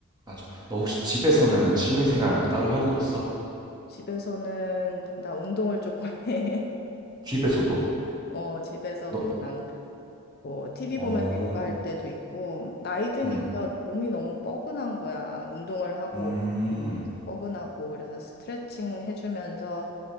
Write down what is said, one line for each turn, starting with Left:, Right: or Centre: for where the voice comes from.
Right: 맞아. 너 혹시 집에서는 취미생활 뭐 따로 하는 거 있어?
Left: 집에서는 나 운동을 조금 <laughs> 해.
Right: 집에서도?
Left: 어, 집에서
Right: 너,
Left: 그냥 뭐 TV
Right: 어,
Left: 보면서 요가할 때도 있고 나이 드니까
Right: 음,
Left: 몸이 너무 뻐근한 거야. 운동을 하고
Right: 음.
Left: 오면 계속 뻐근하고 그래서 스트레칭 해주면서